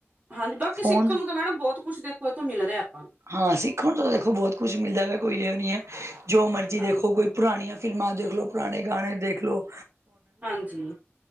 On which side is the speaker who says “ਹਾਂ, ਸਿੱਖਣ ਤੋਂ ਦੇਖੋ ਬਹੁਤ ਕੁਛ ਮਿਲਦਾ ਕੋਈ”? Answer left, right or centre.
Right